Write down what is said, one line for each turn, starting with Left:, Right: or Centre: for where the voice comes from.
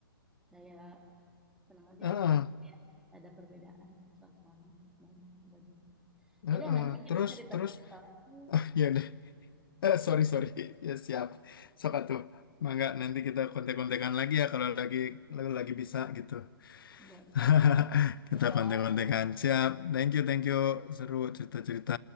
Centre: Kayak seneng aja
Left: Heeh,
Centre: gitu ya maksudnya ada perbedaan suasana dan sebagainya. Ya
Left: heeh.
Centre: deh nanti kita
Left: Terus
Centre: cerita-cerita
Left: terus
Centre: lagi.
Left: <laughs> ya deh Eh, sorry sorry ya siap sok tuh. Mangga nanti kita kontek-kontekan lagi ya kalau lagi kalau lagi bisa gitu. <laughs>
Centre: Ya
Left: Kita
Centre: itu ya.
Left: konten kontekan Siap. Thank you, thank you. Seru cerita-cerita.